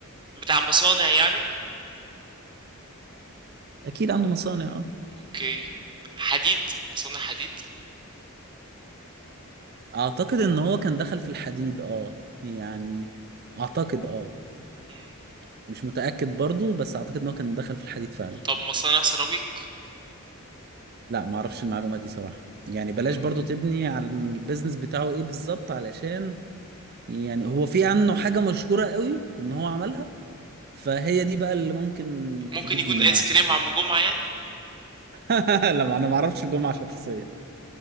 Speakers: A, on the right; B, on the right.
A: بتاع مصانع يعني
B: اكيد عنده مصانع اه
A: اوكي حديد مصانع حديد
B: اعتقد ان هو كان دخل في الحديد اه يعني اعتقد اه
A: مم.
B: مش متاكد برضو بس اعتقد ان هو كان دخل في الحديد فعلا
A: طب مصانع سيراميك
B: لا ما اعرفش المعلومه دي صراحه يعني بلاش
A: مم.
B: برضو تبني على البيزنس بتاعه ايه بالظبط علشان يعني هو في عنه حاجة مشهورة قوي ان هو عملها فهي دي بقى اللي ممكن
A: ممكن
B: تجيب
A: يكون
B: منها
A: ايس كريم عم جمعة يعني
B: <laughs> لما انا ما اعرفش جمعة شخصية